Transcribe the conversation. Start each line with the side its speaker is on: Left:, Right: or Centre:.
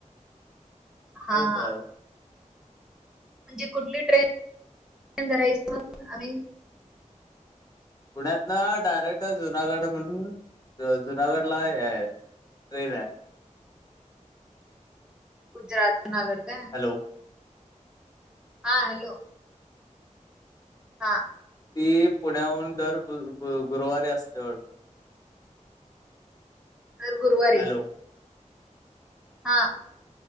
Centre: हा
Left: उतराय
Centre: हा. म्हणजे कुठली ट्रेनन धरायचं मग आम्ही.
Left: पुण्यात ना डायरेक्ट जुनागड म्हणून जुनागडला हे आहे. टेरन आहे.
Centre: गुजरात नागड काय?
Left: हॅलो!
Centre: हा हॅलो! हां.
Left: ती पुण्याहून दर गु -गु -गुरुवारी असते वाटतं.
Centre: जर गुरुवारी.
Left: हॅलो
Centre: हा <unintelligible>